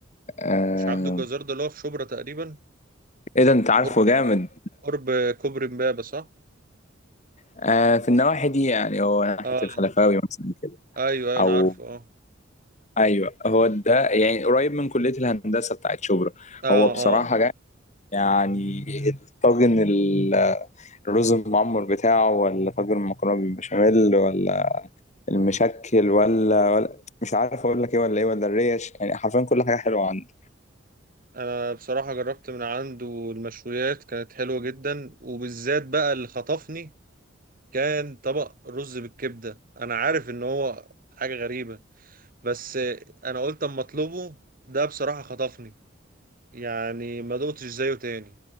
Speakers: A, on the left; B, on the right.
A: آه...
B: مش عبده الجزار ده اللي هو في شبرا تقريبا
A: ايه ده انت عارفه
B: قرب
A: جامد
B: قرب كوبري امبابة صح؟
A: آه في النواحي دي يعني هو ناحيه
B: اه
A: الخلفاوي مثلا
B: ايوه ايوه انا
A: او
B: عارفه اه
A: ايوه هو ده يعني قريب من كليه الهندسه بتاعت شبرا
B: اه
A: هو بصراحه
B: اه
A: جا يعني الطاجن ال- الرز المعمر بتاعه ولا طاجن المكرونه بالبشاميل ولا المشكل ولا ولا مش عارف اقول لك ايه ولا ايه ولا الريش يعني حرفيا كل حاجه حلوه عنده
B: انا بصراحة جربت من عنده المشويات كانت حلوة جدا وبالذات بقى اللي خطفني كان طبق رز بالكبدة انا عارف ان هو حاجة غريبة بس انا قلت اما اطلبه ده بصراحة خطفني يعني ما دقتش زيه تاني